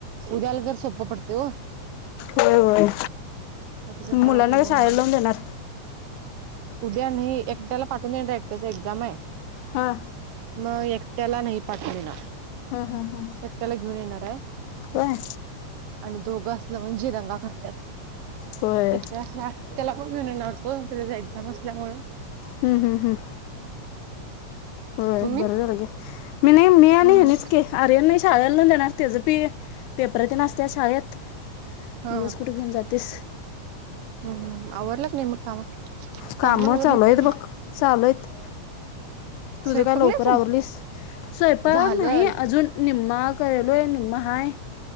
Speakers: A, on the right; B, on the left.
A: उद्याला जर सोपं पडते ओ.
B: होय होय.
A: आता जर
B: मुलांना
A: काढून ठेवलं
B: काय शाळेला
A: म्हणजे
B: लावून देणार.
A: उद्या एकट्याला पाठून देणार उद्या एकच एक्झाम आहे.
B: हां.
A: मग एकट्याला नाही पाठवणार,
B: हा हा हा
A: एकट्याला घेऊन येणार आहे.
B: होय.
A: आणि दोघं असलं म्हणजे दंगा करतात.
B: होय
A: एक. त्याला पण घेऊन येणार तो त्याचा एक्झाम असल्यामुळे.
B: हम्म हम्म हम् होय
A: तुम्ही
B: बरं झालं गे मी नाही मी आणि
A: हम्म
B: ह्यानीच आर्यन नाही शाळला लून देणार त्याच बी पेपर असतात शाळेत.
A: हा
B: उगाच
A: हा.
B: कुठे घेऊन जातीस.
A: हम्म हम्. आवरलं की नाही मग काम
B: काम
A: आवरली
B: चालूयत
A: सगळी
B: बघ. चालूयत. तुझ
A: स्वयंपाक
B: काय लवकर
A: नाही अजून
B: आवरलीस स्वयंपाक
A: झालल
B: नाही. अजून निम्मा काय लो निममाहाा..